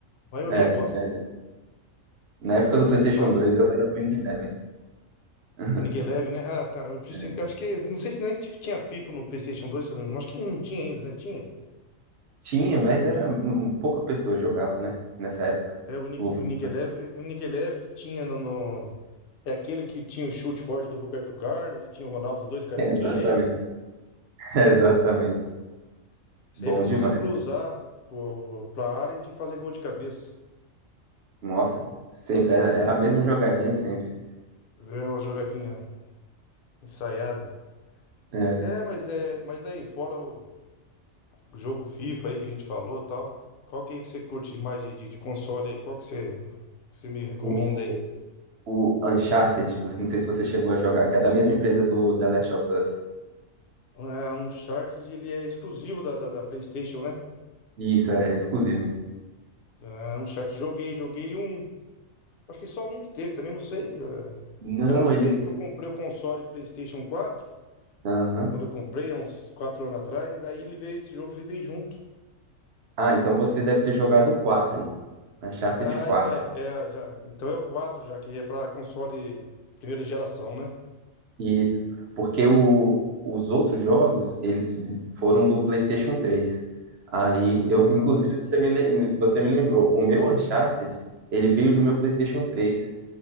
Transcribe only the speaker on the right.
É,
é verdade. Na época do
PlayStation
2, eu era do Wing Eleven. <laughs>
É.
Tinha, mas era um, pouca pessoa jogava, né? Nessa época.
O FIFA.
<laughs> Exatamente.
<laughs> Exatamente.
Bom
demais.
Nossa, sempre era, era a mesma jogadinha sempre.
É.
O,
o Uncharted, você- não sei se você chegou a jogar, que é da mesma empresa do The Last of Us.
Isso, é, é exclusivo.
Não,
ele.
Aham.
Ah, então você deve ter jogado o 4. Uncharted
4.
Isso, porque o- os outros jogos, eles foram do PlayStation 3. Aí eu,
inclusive, você me, lem- você me lembrou, o meu Uncharted, ele veio no meu PlayStation 3.